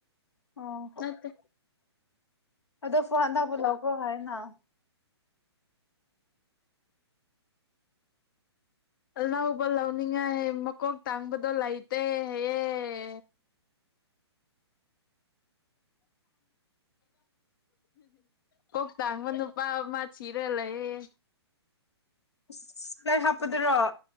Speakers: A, on the left (about 75°); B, on the left (about 50°).
A: ꯑꯣ
B: ꯅꯠꯇ
A: ꯑꯗꯣ ꯐꯨꯍꯅꯕꯨ ꯂꯧꯀꯣ ꯍꯥꯏꯅ ꯑ
B: ꯑꯅꯧꯕ ꯂꯧꯅꯤꯡꯉꯥꯏ ꯃꯀꯣꯛ ꯇꯥꯡꯕꯗꯣ ꯂꯩꯇꯦ ꯍꯌꯦꯦ ꯄ ꯊ ꯃ ꯑꯗꯨ ꯄꯥ ꯃꯥ ꯁꯤꯤꯔꯦ ꯂꯩ
A: ꯏꯁ ꯂꯥꯏꯔꯤꯛ ꯍꯥꯞꯄꯗꯨꯔꯣ